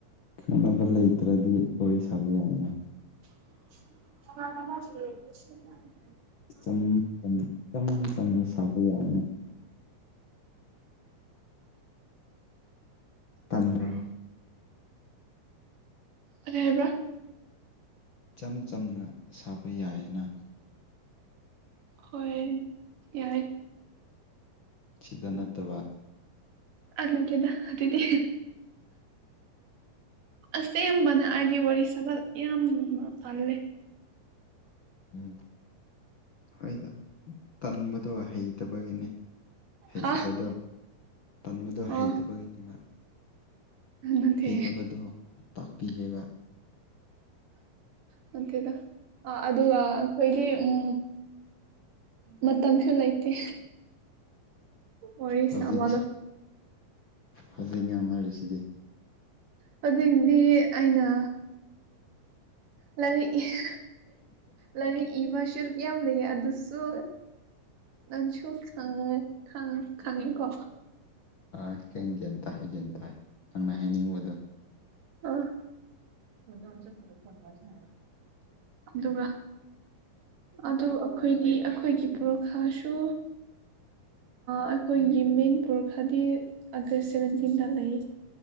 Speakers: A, on the left; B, on the right.
A: ꯈꯪꯅꯕ ꯂꯩꯇ꯭ꯔꯗꯤ ꯋꯥꯔꯤ ꯁꯥꯕ ꯌꯥꯏꯅ
B: ꯑ
A: ꯏꯆ ꯏꯆꯝ ꯆꯝꯅ ꯁꯥꯕ ꯌꯥꯔꯅꯦ ꯇꯟꯗ꯭ꯔ
B: ꯑꯔ ꯍꯥꯏꯕ꯭ꯔ
A: ꯏꯆꯝ ꯆꯝꯅ ꯁꯥꯕ ꯌꯥꯏꯑꯅ
B: ꯍꯣꯏ ꯌꯥꯏ
A: ꯆꯤꯗꯅꯊ ꯋꯥ
B: ꯑꯂꯒꯦꯗꯤꯗꯤꯤ ꯑꯁꯦꯡꯕꯅ ꯑꯩꯗꯤ ꯋꯥꯔꯤ ꯁꯥ ꯌꯥꯝꯅ ꯇꯜꯂꯦ
A: ꯎꯝ ꯍꯣꯏꯗ ꯇꯟꯕꯗꯣ ꯍꯩꯇꯕꯒꯤꯅꯦ ꯍꯩꯇꯕꯗꯣ
B: ꯍꯥ
A: ꯇꯟꯕꯗꯣ ꯍꯩꯇꯕꯒꯤꯅꯦꯕ
B: ꯑꯥ ꯅꯠꯇꯦ
A: ꯍꯩꯇꯕꯗꯣ ꯇꯥꯛꯄꯤꯒꯦꯕ
B: ꯃꯦꯗ ꯑꯗꯨ ꯑꯩꯈꯣꯏꯗꯤ ꯎꯝ ꯃꯇꯝꯁꯨ ꯂꯩꯇꯦ ꯑꯣꯏꯁ
A: ꯍꯧꯖꯤꯛ
B: ꯑꯃꯅ
A: ꯍꯧꯖꯤꯛ ꯌꯥꯝꯅꯔꯤꯁꯤꯗꯤ
B: ꯍꯧꯖꯤꯗꯒꯤꯗꯤ ꯑꯩꯅ ꯂꯥꯏꯔꯤꯛ ꯂꯥꯏꯔꯤꯛ ꯏꯕꯁꯨ ꯌꯥꯝ ꯂꯩ ꯑꯗꯨꯁꯨ ꯅꯟ ꯆꯣ ꯈꯪ ꯈ ꯈꯥꯉꯤ ꯀꯣ
A: ꯍꯪ ꯌꯦꯟ ꯍꯥꯏꯦ ꯟꯇ ꯅꯪꯅ ꯍꯥꯏꯅꯤꯡꯕꯗꯣ
B: ꯑ ꯍꯁ ꯐꯣꯟꯁꯨ ꯑꯗꯨꯒ ꯑ ꯑꯩꯈꯣꯏꯒꯤ ꯑꯩꯈꯣꯏꯒꯤ ꯄꯔꯈꯥꯁꯨ ꯑꯩꯈꯣꯏꯒꯤ ꯃꯅꯤꯄꯨꯔ ꯈꯔꯗꯤ ꯑꯥꯒꯁ ꯁꯦꯚꯦꯟꯇꯤꯟꯗ ꯂꯩ